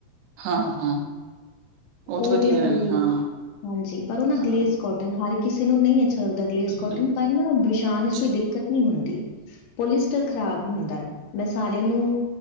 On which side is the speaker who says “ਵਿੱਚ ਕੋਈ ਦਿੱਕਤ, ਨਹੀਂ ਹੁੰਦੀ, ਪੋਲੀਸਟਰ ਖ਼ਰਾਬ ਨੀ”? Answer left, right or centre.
Left